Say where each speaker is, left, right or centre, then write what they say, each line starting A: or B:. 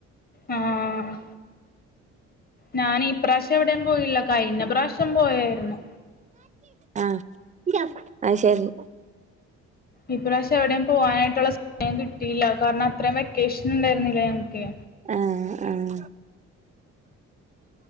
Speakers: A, on the left; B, on the right.
A: ആഹ് ഞാനിപ്രാവശ്യം എവ്ടേം പോയില്ല കഴ്ഞ്ഞ പ്രാവശ്യം പോയേര്ന്നു.
B: ആഹ് അയ് ശെരി.
A: ഈപ്രാവശ്യം എവ്ടെയും പോവാനായിട്ടുള്ള സമയം കിട്ടിയില്ല കാരണം അത്രയും വെക്കേഷനുണ്ടായിരുന്നില്ല ഇൻ ക്കെ
B: ആഹ് ആഹ്.